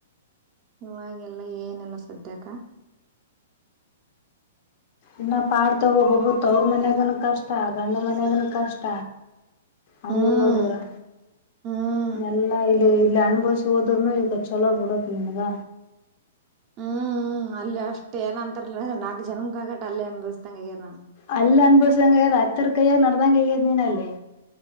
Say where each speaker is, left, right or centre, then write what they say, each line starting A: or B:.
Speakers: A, on the right; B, on the left.
A: ಇವಾಗೆಲ್ಲ ಏನೆಲ್ಲ ಸದ್ಯಕ
B: ಇನ್ನ ಪಾಡು ತಗೋಬೇಕು ತವ್ರ ಮನ್ಯಾಗನು ಕಷ್ಟ, ಗಂಡನು ಮನ್ಯಾಗನು ಕಷ್ಟ. ಹಂಗ
A: ಹ್ಮ್
B: ನೋಡಿದ್ರೆ
A: ಹ್ಮ್
B: ಎಲ್ಲಾ ಇಲ್ಲಿ ಇಲ್ಲಿ ಅನುಭವಿಸಿ ಹೋದನು ಈಗ ಚಲೋ ಬಿಡಕ್ ನನಗ
A: ಹ್ಮ್ ಹ್ಮ್ ಅಲ್ಲ ಅಷ್ಟ್ಟು ಏನಂತಾರಲ್ಲ ನಾಕ್ ಜನ್ಮಕ್ ಆಗಟ್ ಅಲ್ಲಿ ಅನಭವಿಸ್ದಂಗ ಆಗ್ಯದ
B: ಅಲ್ಲ ಅನ್ಭವಸಂಗೆ ಆಗ್ಯದ ಅತ್ಯರ್ ಕೈಯ ನಡದಂಗ ಆಗ್ಯದ ನೀನ್ ಅಲ್ಲೇ.